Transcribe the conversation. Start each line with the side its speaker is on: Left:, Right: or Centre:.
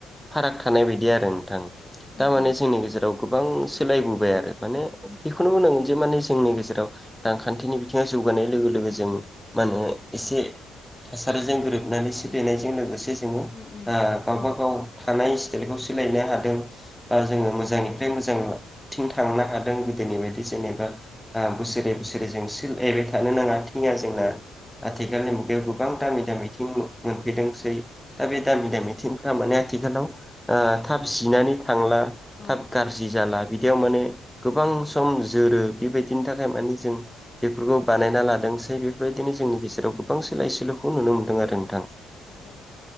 Centre: फाराग थानाय बायदि आरो नोंथां
Left: उम
Centre: थारमाने
Left: उम
Centre: जोंनि गेजेराव गोबां सोलायबोबाय आरो माने बेखौनो बुंनांगोन जे माने जोंनि गेजेराव रांखान्थिनि बिथिङाव जौगानाय लोगो लोगो
Left: उम
Centre: जों मा होनो एसे थासारिजों गोरोबनानैसो बसोलिनायजों लोगोसे जों
Left: उम उम
Centre: दा
Left: औ उम
Centre: गावबा
Left: औ
Centre: गाव थानाय स्टाइलखौ सोलायनो हादों। बा जोङो मोजांनिफ्राय
Left: उम
Centre: मोजांथिं थांनो हादों गोदोनि बायदि जेनेबा बोसोरे बोसोरै जों थानो नाङा थिङा जोंना आथिखालनि मुगायाव गोबां दामि दामि थिं मोनफैदोंसै। दा बे दामि दामि थिंफ्रा माने आथिखालाव थाब जिनानै थांला
Left: उम औ
Centre: थाब गाज्रि जाला बिदियाव माने गोबां सम जोरो बेबायदिनि थाखाय माने
Left: नोंथां
Centre: जों बेफोरखौ बानायना लादोंसै बेफोरबायदिनो जोंनि गेजेराव गोबांसो लाइ सोलुखौ नुनो मोन्दों आरो नोंथां
Left: औ